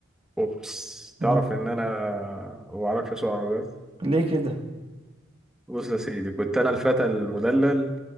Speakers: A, in the centre; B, on the right.
A: اوبس
B: مم.
A: تعرف ان انا ما بعرفش اسوق عربيات
B: ليه كده؟
A: بص يا سيدي كنت انا الفتى المدلل